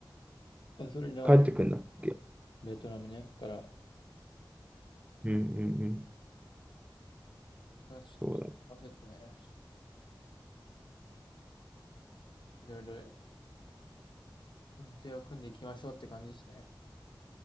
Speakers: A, on the left (about 65°); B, on the right (about 15°).
A: あそれに合わせ、
B: 帰ってくんだっけ
A: ベトナムね。から、
B: うんうんうん。
A: あ、ちょっと、
B: そうだね。
A: 焦っててね、いろいろ予定を組んでいきましょうって感じですね。